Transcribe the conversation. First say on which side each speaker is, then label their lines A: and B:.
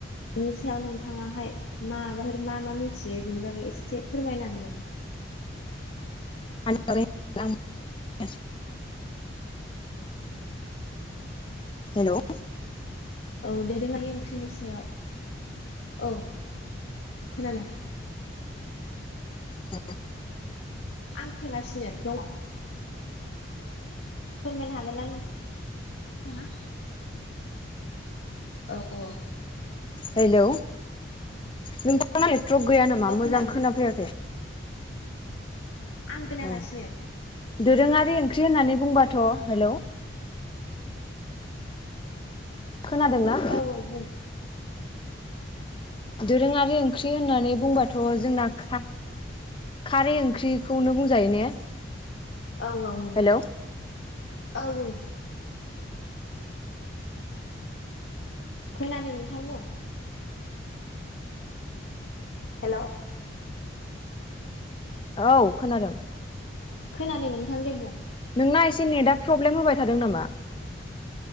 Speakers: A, on the left (about 75°); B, on the left (about 25°).
A: बिनि सायाव नोंथाङाहाय माबाफोर मा-मा मिथियो? बिनि बागै एसे फोरमायनो हागोन नामा?
B: <unintelligible> नोंथां हेलौ।
A: औ दोरोङारि ओंख्रिनि सायाव। औ खोनादों।
B: औ।
A: आं खोनासिनो दङ। फोरमायनो हागोन ना नोंथां नोंथाङा? औ-औ।
B: हेलौ दा मानि ट्रक गैया नामा
A: औ
B: मोजां
A: खोनादों
B: खोनाफैयाखै?
A: आं खोनागासिनो
B: औ दोरोङारि ओंख्रि होननानै बुंबाथ' हेलौ। खोनादोंना?
A: औ औ बुं
B: दोरोङारि ओंख्रि होननानै बुंबाथ' जोंना खा खारै ओंख्रि खौनो बुंजायो ने?
A: औ-औ नोंगौ
B: हेलौ
A: औ-औ। खोनादों नोंथां बुं। हेलौ।
B: औ खोनादों।
A: खोनादों नोंथां देबुं।
B: नोंना एसे नेट आ प्रब्लेम होबाय थादों नामा।